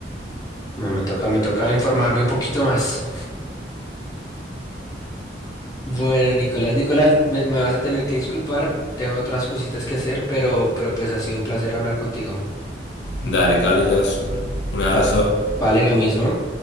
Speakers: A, on the left; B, on the left.
A: No, me toca, me toca informarme un poquito más. Bueno, Nicolás, Nicolás, me, me vas a tener que disculpar, tengo otras cositas que hacer, pero, pero pues ha sido un placer hablar contigo.
B: Dale, Carlitos. Un abrazo.
A: Va- vale lo mismo.